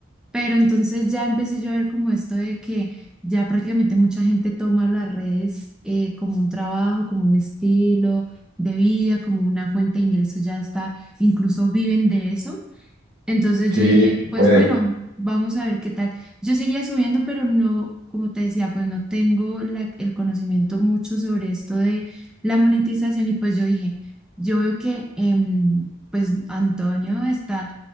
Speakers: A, in the centre; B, on the right (about 65°).
A: Pero entonces ya empecé yo a ver como esto de que ya prácticamente mucha gente toma las redes eh, como un trabajo, como un estilo de vida, como una fuente de ingresos, ya está, incluso viven de eso. Entonces
B: Sí,
A: yo dije,
B: se
A: pues
B: puede.
A: bueno, vamos a ver qué tal. Yo seguía subiendo, pero no, como te decía, pues no tengo la- el conocimiento mucho sobre esto de la monetización y pues yo dije, yo veo que em, pues Antonio está